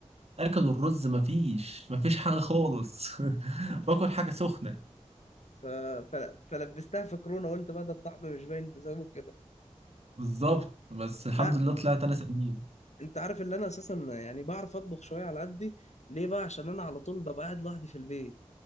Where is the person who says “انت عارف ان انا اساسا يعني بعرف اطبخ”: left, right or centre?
Left